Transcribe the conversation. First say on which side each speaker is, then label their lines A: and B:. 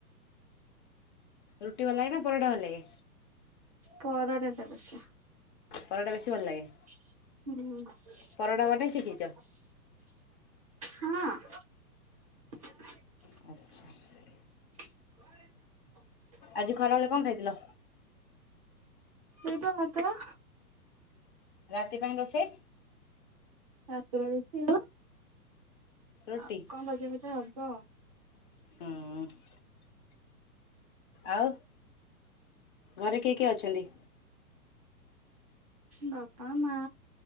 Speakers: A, on the left; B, on the right.
A: ରୁଟି ଭଲ ଲାଗେ ନା ପରଠା ଭଲ ଲାଗେ।
B: ପରାଡଟ ବଛ।
A: ପରଟା ବେଶୀ ଭଲ ଲାଗେ।
B: ହୁଁ।
A: ପରଟା ବନେଇ ଶିଖିଛ?
B: ହଁ।
A: ଆଚ୍ଛା।
B: <inaudible>
A: ଆଜି ଖରା ବେଳେ କଣ ଖାଇଥିଲ?
B: ସେଇପା ଭାତ।
A: ରାତି ପାଇଁ ରୋଷେଇ।
B: ରାତର ରୁଟି ଆ
A: ରୁଟି।
B: ଆ କଣ ବଜାର ପ ତ ହବ।
A: ହୁଁ। ଆଉ ଘରେ କେ କିଏ ଅଛନ୍ତି?
B: ବାପା ମା